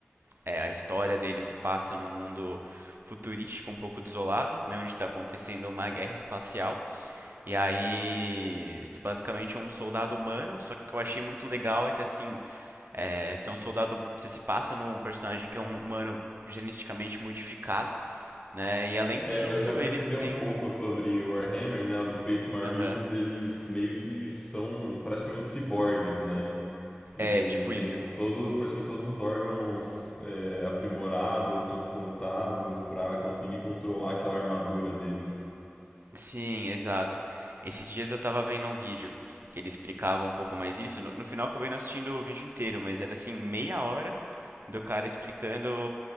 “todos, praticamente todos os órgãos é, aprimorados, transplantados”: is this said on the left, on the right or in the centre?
Left